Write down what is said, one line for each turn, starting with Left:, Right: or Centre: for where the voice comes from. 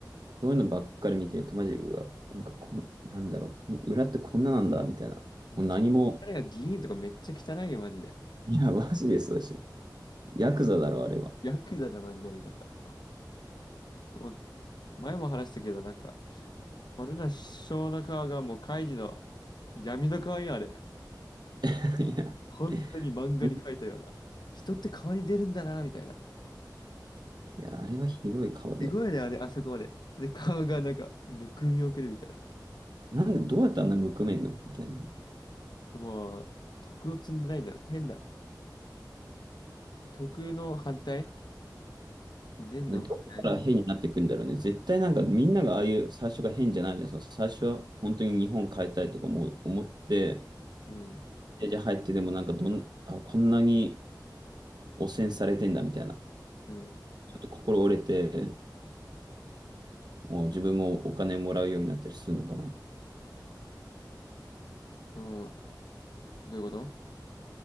Right: そういうのばっかり見てると、マジ、うわ、なんかこん、なんだろう、裏ってこんななんだ、みたいな。もう何も、
Left: もう、ちょ彼が議員とかめっちゃ汚いよ、マジで。
Right: <laughs> いや、マジでそうでしょ。ヤクザだろ、あれは。
Left: ヤクザだ、マジでやり方。もう前も話したけど、なんか、俺ら首相の顔がもう、カイジの闇の顔よ、あれ。
Right: <laughs> いや、
Left: 本当に漫画に描いたような。
Right: い
Left: 人って顔に出るんだな、みたいな。
Right: や、あれはひどい顔だよ。
Left: すごいね、あれ、あそこまで。で、顔がなんか、むくみをくるみたいな。
Right: なんで、どうやってあんなむくめんのみたいなね
Left: でもう、徳を積んでないんだ。変な。徳の反対善の反対
Right: で、いやどこから変になっていくんだろうね。絶対なんかみんながああいう最初が変じゃないじゃん。その最初は本当に日本変えたいとかも思って、
Left: うん。
Right: じゃ入ってでもなんかどん、あ、こんなに汚染されてんだみたいな。
Left: うん。
Right: ちょっと心折れて、もう自分もお金もらうようになったりするのかな。
Left: と、どういうこと